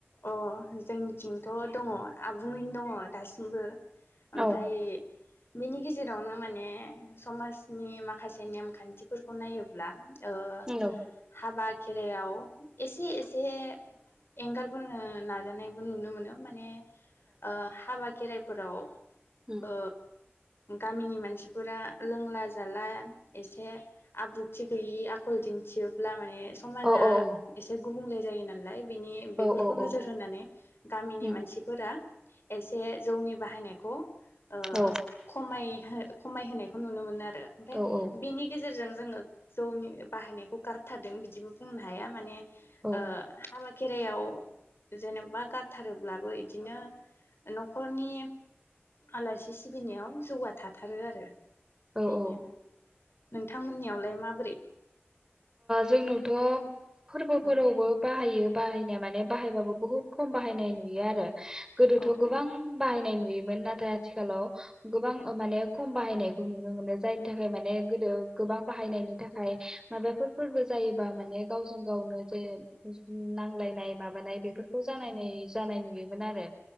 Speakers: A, on the left; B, on the right.
A: अ जोंनिथिंथ' दङ आ नो दङ दासिम बो ओमफ्राय
B: औ
A: बिनि गेजेरावनो माने समाजनि माखासे नेमखान्थिफोरखौ नायोब्ला ओ
B: नंगौ
A: हाबा खेरायाव एसे एसे एंगार फोरो नाजानायबो नुनो मोनो माने ओ हाबानि खेराइफोराव
B: उम
A: अ गामिनि मानसिफोरा लोंला जाला एसे आब्रुथि गैयि आखल दिन्थियोब्ला माने समाजा
B: औ औ औ
A: एसे गुबुंले जायो ना लाइ। बिनि बे
B: औ औ
A: नोजोर
B: औ
A: होनानै गामिनि
B: उम
A: मानसिफोरा <unintelligible> एसे जौनि बाहायनायखौ ओ
B: औ
A: खमायहो खमायहोनायखौ नुनो मोनो आर <unintelligible> ओमफ्राय
B: औ
A: बिनि गेजेरजों जोङो जौनि बाहायनायखौ गारथारदों बिदिबो बुंनो हाया माने
B: औ
A: ओ हाबा खेराइयाव जेनेबा गारथारोब्लाबो इदिनो न'खरनि आलासि सिबिनायाव जौगा थाथारो आरो।
B: औ
A: बेनो।
B: औ
A: नोंथांमोननियावलाय माबोरै?
B: जोंनावथ' फोरबोफोरावबो
A: ओ
B: बाहायो। बाइ <unintelligible> बाहायबो बहत खम बाहायनाय नुयो आरो। गोदोथ'
A: ओ अ
B: गोबां बाहायनाय नुयो मोन नाथाय आथिखालाव गोबां ओ माने खम बाहायनायखौ नुनो मोनो जायनि थाखाय माने गोदो गोबां बाहायनायनि थाखाय माबाफोर फोरबो जायोबा माने गावजों गावनो जे नांलायनाय माबानाय बेफोरखौ जानाय जानाय नुयोमोन आरो।